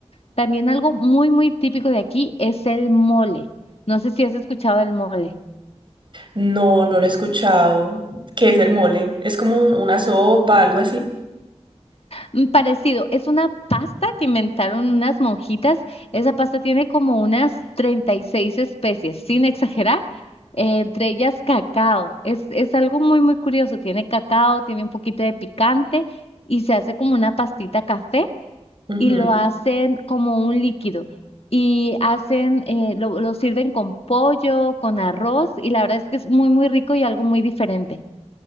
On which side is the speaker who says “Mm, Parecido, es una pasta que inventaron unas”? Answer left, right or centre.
Left